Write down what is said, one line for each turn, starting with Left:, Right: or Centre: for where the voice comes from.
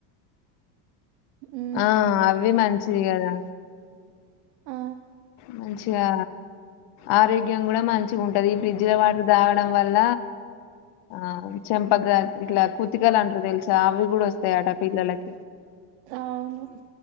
Right: ఉ
Left: ఆ అవి మంచిది కదా
Right: ఆ
Left: మంచిగా ఆరోగ్యం కూడా మంచిగా ఉంటది ఈ ఫ్రిడ్జ్లో వాటర్ తాగడం వల్ల ఆ చెంపగా ఇట్లా కుతికలు అంటారు తెలుసా అవి కూడా వస్తాయట పిల్లలకి
Right: అవును